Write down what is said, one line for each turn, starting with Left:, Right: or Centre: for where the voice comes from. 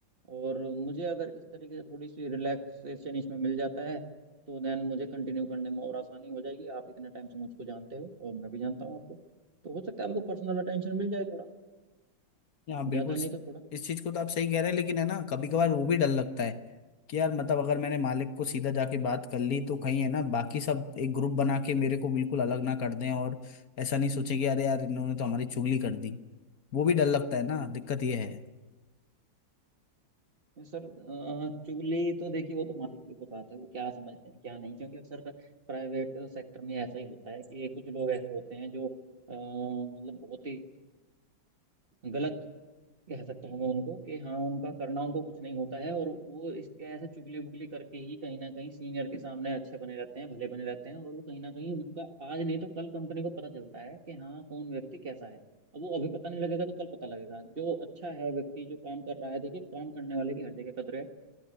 Right: और मुझे अगर इस तरीके से थोड़ी सी रिलैक्सेशन इसमें मिल जाता है तो देन मुझे कंटिन्यू करने में और आसानी हो जाएगी आप इतने टाइम से मुझको जानते हो और मैं भी जानता हूँ आपको तो हो सकता है आपको पर्सनल अटेंशन मिल जाए थोड़ा
Left: हाँ बिल्कुल
Right: ज्यादा
Left: स-
Right: नहीं तो थोड़ा
Left: इस चीज को तो आप सही कह रहे हैं लेकिन है ना कभी कभार वो भी डर लगता है कि यार मतलब अगर मैंने मालिक को सीधा जाके बात कर ली तो कहीं है ना बाकी सब एक ग्रुप बना के मेरे को बिल्कुल अलग ना कर दें और ऐसा नहीं सोचे कि अरे यार इन्होंने तो हमारी चुगली कर दी वो भी डर लगता है ना दिक्कत ये है
Right: सर अ, चुगली तो देखिए वो तो मालिक के ऊपर बात है वो क्या समझते हैं क्या नहीं क्योंकि अक्सर का प्राइवेट सेक्टर में ऐसा ही होता है कि कुछ लोग ऐसे होते हैं जो अ, मतलब बहुत ही गलत कह सकता हूँ मैं उनको कि हाँ उनका करना उनको कुछ नहीं होता है और वो इसके ऐसे चुगली वुगली करके ही कहीं ना कहीं सीनियर के सामने अच्छे बने रहते हैं भले बने रहते हैं और वो कहीं ना कहीं उनका आज नहीं तो कल कंपनी को पता चलता है कि हाँ कौन व्यक्ति कैसा है अब वो अभी पता नहीं लगेगा तो कल पता लगेगा जो अच्छा है व्यक्ति जो काम कर रहा है देखिए काम करने वाले की हर जगह कदर है